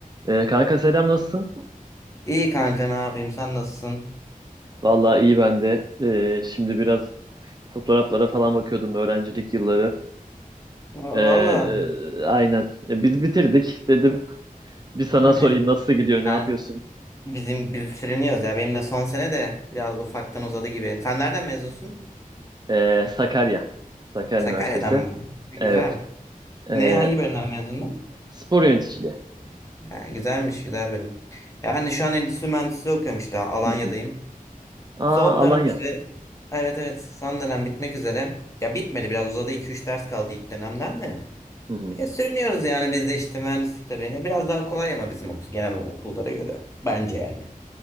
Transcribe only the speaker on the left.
İyi kanka ne yapayım sen nasılsın?
Va-
Valla
<laughs>
yani
bizim biz sürünüyoruz ya benim de son sene de biraz ufaktan uzadı gibi. Sen nereden mezunsun?
Sakarya'dan
mı? Güzel.
Ne hangi bölümden mezundun?
Ha, güzelmiş güzel bölüm. Yani şu an endüstri mühendisliği okuyorum işte Alanya'dayım.
Son dönem
işte evet evet son dönem bitmek üzere. Ya bitmedi biraz uzadı iki üç ders kaldı ilk dönemden de.
E, sürünüyoruz yani biz de işte mühendislik tabii. Ya biraz daha kolay ama bizim okul genel okullara göre bence yani.